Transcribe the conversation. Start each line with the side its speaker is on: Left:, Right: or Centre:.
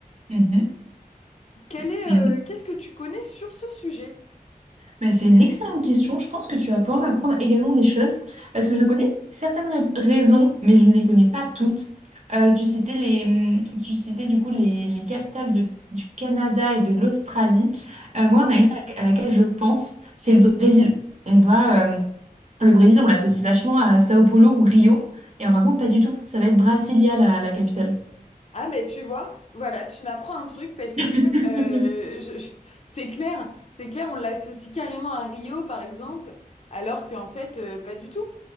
Right: Mhm.
Left: Quel est,
Right: C'est
Left: euh,
Right: une...
Left: qu'est-ce que tu connais sur ce sujet?
Right: bah, c'est une excellente question. Je pense que tu vas pouvoir m'apprendre également des choses parce que je connais certaines ra- raisons, mais je ne les connais pas toutes. Euh, tu citais les, hum, tu citais du coup les, les capitales de- du Canada et de l'Australie. Euh, moi, on a une à à laquelle je pense, c'est le Brésil. On va, euh, le Brésil, on l'associe vachement à Sao Paulo ou Rio, et en fin de compte, pas du tout. Ça va être Brasilia, la la capitale.
Left: Ah mais tu vois, voilà, tu m'apprends un truc parce
Right: <laughs>
Left: que euh, je- je- c'est clair, c'est clair, on l'associe carrément à Rio par exemple, alors qu'en fait euh, pas du tout.